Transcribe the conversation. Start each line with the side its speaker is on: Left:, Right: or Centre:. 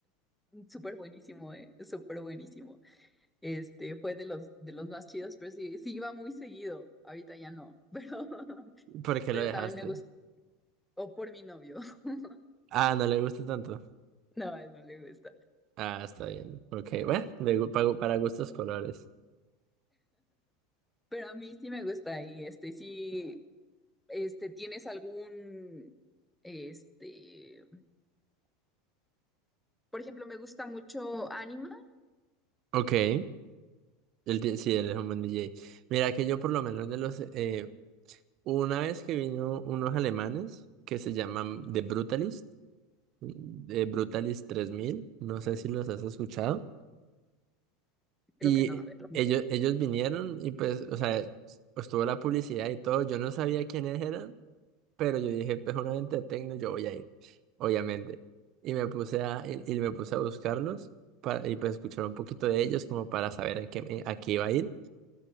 Centre: súper buenísimo, eh, súper buenísimo. Este, fue de los, de los más chidos, pero sí, sí iba muy seguido, ahorita ya no, <laughs> pero,
Right: ¿Por qué
Centre: pero
Right: lo dejaste?
Centre: también me gustó, o por mi novio, <laughs>
Right: Ah, no le gusta tanto.
Centre: no, a él no le gusta,
Right: Ah, está bien. Ok, bueno, de gu- pa- para gustos colores.
Centre: pero a mí sí me gusta y este, sí, este, ¿tienes algún, este... Por ejemplo, me gusta mucho Anima.
Right: Ok, el, di- sí, él es un buen DJ. Mira que yo por lo menos de los... eh, una vez que vino unos alemanes que se llaman The Brutalist, The Brutalist 3000, no sé si los has escuchado,
Centre: Creo
Right: y
Centre: que no, a ver. lo-
Right: ellos, ellos vinieron y pues, o sea, estuvo la publicidad y todo, yo no sabía quiénes eran, pero yo dije, pues una venta de techno, yo voy a ir, obviamente. Y me puse a, y, y me puse a buscarlos para, y pues escuchar un poquito de ellos como para saber a qué, a qué iba a ir.